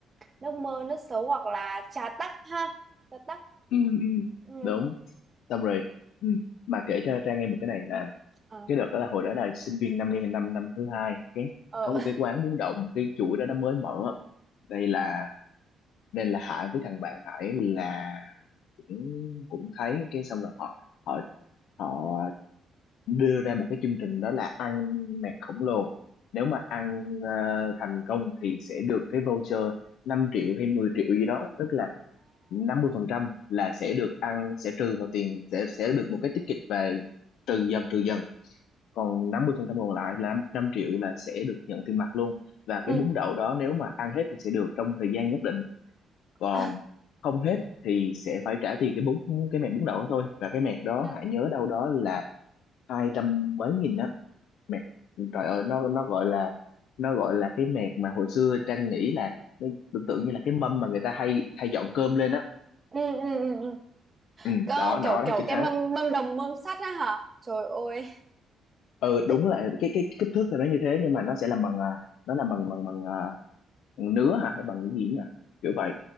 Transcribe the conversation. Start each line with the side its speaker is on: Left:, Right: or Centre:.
Right: nước mơ nước sấu hoặc là trà tắc ha trà tắc
Left: ừ, ừ,
Right: ừ
Left: đúng xong rồi ừ. mà kể cho Trang nghe một cái này là
Right: ừ
Left: cái đợt đó là hồi đó là sinh viên năm nay năm năm thứ hai cái
Right: ừ. ờ
Left: có
Right: ờ
Left: một cái
Right: <laughs>
Left: quán bún đậu một cái chuỗi đó nó mới mở đây là nên là Hải với thằng bạn Hải là cũng cũng thấy cái xong rồi họ họ họ đưa ra một cái chương trình đó là ăn mẹt khổng lồ nếu mà ăn ờ, thành công thì sẽ được cái voucher năm triệu hay mười triệu gì đó tức là 50% là sẽ được ăn sẽ trừ vào tiền sẽ sẽ được một cái ticket và trừ dần trừ dần còn 50% còn lại là năm triệu là sẽ được nhận tiền mặt luôn và
Right: ừ
Left: cái bún đậu đó nếu mà ăn hết thì sẽ được trong thời gian nhất định còn
Right: ờ
Left: không hết thì sẽ phải trả tiền cái bún cái mẹt bún đậu đó thôi và cái mẹt đó
Right: ờ
Left: hãy nhớ đâu đó là hai trăm mấy nghìn á mẹt trời ơi nó nó gọi là nó gọi là cái mẹt mà hồi xưa Trang nghĩ là nó tưởng tượng như là cái mâm mà người ta hay hay dọn cơm lên á
Right: ừ ừ ừ ừ ừ ừ ừ. ừ.
Left: ừ,
Right: Có
Left: đó nó
Right: kiểu
Left: đó
Right: kiểu
Left: chính
Right: cái
Left: hắn
Right: mâm mâm đồng mâm sắt á hả trời ơi
Left: ừ
Right: Thế-
Left: đúng là cái cái kích thước thì nó như thế nhưng mà nó sẽ làm bằng à, nó làm bằng bằng bằng à, nứa hả hay bằng cái gì nhỉ kiểu vậy